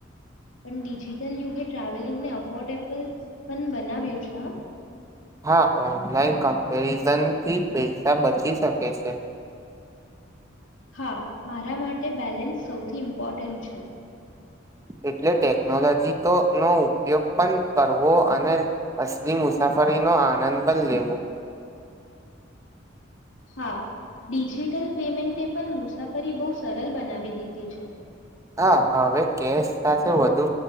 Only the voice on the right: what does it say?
હા ઓનલાઈન કમ્પેરિઝનથી પૈસા બચી શકે છે
એટલે ટેકનોલોજીનો ઉપયોગ પણ કરવો અને અસલી મુસાફરીનો આનંદ પણ લેવો
હા હાવે કેસ સાથે વધુ